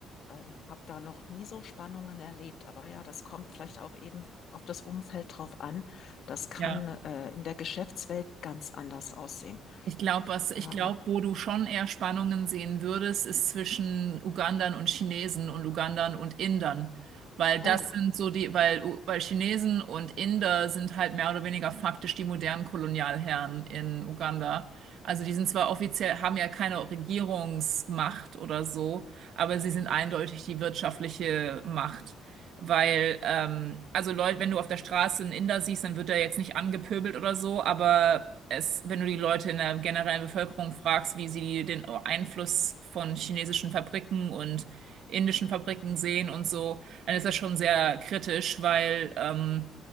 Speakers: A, on the left; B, on the right.
A: ähm, habe da noch nie so Spannungen erlebt. Aber ja, das kommt vielleicht auch eben auf das Umfeld drauf an. Das kann
B: Ja.
A: äh, in der Geschäftswelt ganz anders aussehen.
B: Ich glaube, was ich
A: Ja.
B: glaube, wo du schon eher Spannungen sehen würdest, ist zwischen Ugandern und Chinesen und Ugandern und Indern, weil das
A: Oh.
B: sind so die, weil U- weil Chinesen und Inder sind halt mehr oder weniger faktisch die modernen Kolonialherren in Uganda. Also die sind zwar offiziell, haben ja keine Regierungsmacht oder so, aber sie sind eindeutig die wirtschaftliche Macht. Weil, ähm, also Leute, wenn du auf der Straße einen Inder siehst, dann wird er jetzt nicht angepöbelt oder so, aber es, wenn du die Leute in der generellen Bevölkerung fragst, wie sie den Einfluss von chinesischen Fabriken und indischen Fabriken sehen und so, dann ist das schon sehr kritisch, weil ähm,